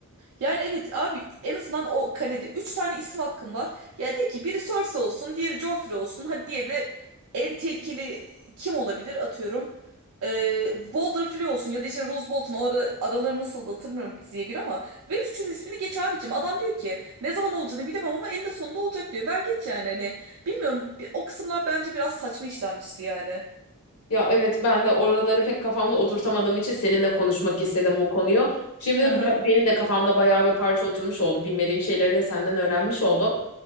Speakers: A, on the right (about 80°); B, on the left (about 75°).
A: Yani evet abi en azından o kalede 3 tane isim hakkım var. Ya de ki biri Cersei olsun, diğeri Joffrey olsun. Hadi diğeri de en tehlikeli kim olabilir atıyorum. Ee, Walder olsun ya da işte Rose Bolton o ara, araları nasıl da hatırlamıyorum diziye göre ama ver üçünün ismini geç abicim. Adam diyor ki ne zaman olacağını bilemem ama eninde sonunda olacak diyor. Ver geç yani hani. Bilmiyorum bir- o kısımlar bence biraz saçma işlenmişti yani.
B: Ya evet ben de oraları pek kafamda oturtamadığım için seninle konuşmak istedim bu konuyu. Şimdi
A: Hı hı.
B: b- benim de kafamda bayağı bir parça oturmuş oldu. Bilmediğim şeyleri de senden öğrenmiş oldum.